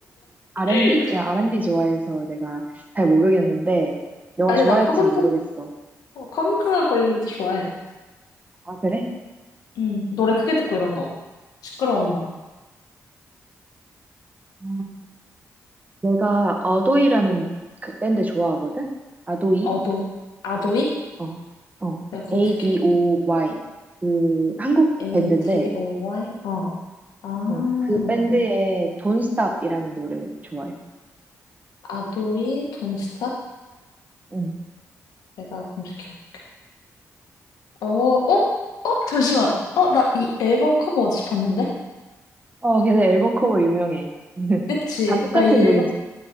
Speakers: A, on the right; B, on the left.
A: R&B?
B: <laughs>
A: 야, R&B 좋아해서 내가 잘 모르겠는데, 너가
B: 아니,
A: 좋아할진
B: 나 커금큰,
A: 모르겠어.
B: 어, 커금큰한 거리는 것도 좋아해.
A: 아, 그래?
B: 응. 노래 크게 듣고 이런 거. 시끄러운 음악.
A: 어, 내가 아도이라는 그 밴드 좋아하거든? 아도이?
B: 어도, 아도이?
A: 어, 어,
B: 내가 검색해볼게.
A: ADOY. 그, 한국
B: a
A: 밴드인데,
B: T o y 어. 아,
A: 어. 그 밴드의 Don't Stop이라는 노래 좋아해.
B: 아도이 돈스탑?
A: 응.
B: 내가 검색해볼게. 어, 어? 어? 잠시만. 어, 나 이 앨범 커버 어디서 봤는데?
A: 어, 걔네 앨범 커버 유명해. <laughs>
B: 그치?
A: 다 똑같은
B: 나 이 앨범.
A: 그림자.